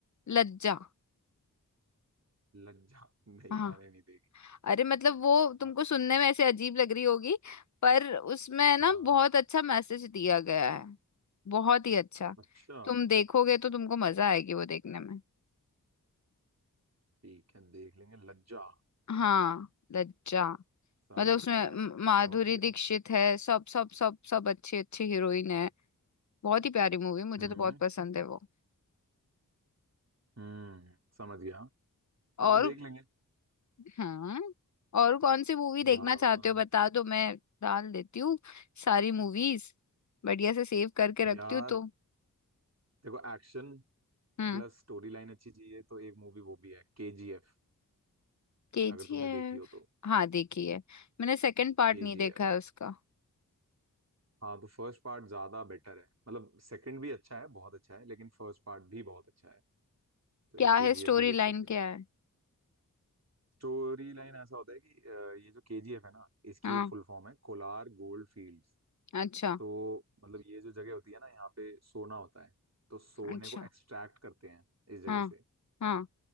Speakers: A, on the left (about 55°); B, on the right (about 45°).
A: लज्जा
B: लज्जा नहीं
A: हाँ,
B: मैंने नहीं देखी
A: अरे मतलब वो तुमको
B: हाँ
A: सुनने में ऐसे अजीब लग रही होगी पर उसमें ना
B: हाँ,
A: बहुत अच्छा मैसेज दिया गया है बहुत ही अच्छा
B: अच्छा
A: तुम देखोगे तो तुमको मजा आएगी वो देखने में
B: ठीक है देख लेंगे लज्जा
A: हाँ लज्जा
B: समझ
A: मतलब उसमें
B: गया
A: म- माधुरी
B: समझ गया
A: दीक्षित है सब सब सब सब अच्छी अच्छी हीरोइन है बहुत ही प्यारी मूवी मुझे
B: हम्म
A: तो बहुत पसंद है वो
B: हम्म समझ गया हाँ
A: और
B: तो देख लेंगे
A: हाँ और कौन सी मूवी देखना
B: यार
A: चाहते हो बता दो मैं डाल देती हूँ सारी मूवीज बढ़िया से सेव करके रखती
B: यार
A: हूँ तो
B: देखो एक्शन
A: हम्म
B: प्लस स्टोरी लाइन अच्छी चाहिए तो एक मूवी वो भी है केजीएफ
A: केजीएफ
B: अगर तुमने देखी हो तो
A: हाँ देखी है मैंने सेकंड पार्ट
B: केजीएफ
A: नहीं देखा है उसका
B: हाँ तो फर्स्ट पार्ट ज्यादा बेटर है मतलब सेकंड भी अच्छा है बहुत अच्छा है लेकिन फर्स्ट पार्ट भी बहुत अच्छा है तो
A: क्या
B: एक केजीएफ
A: है स्टोरी
B: भी देख
A: लाइन
B: सकते
A: क्या
B: हैं
A: है
B: स्टोरी लाइन ऐसा होता है कि अ, ये जो केजीएफ है ना इसकी
A: हाँ
B: एक फुल फॉर्म है कोलार गोल्ड फील्ड्स
A: अच्छा
B: तो मतलब ये जो जगह होती है ना यहाँ पे सोना होता है तो सोने
A: अच्छा
B: को एक्सट्रैक्ट करते हैं इस जगह
A: हाँ
B: से
A: हाँ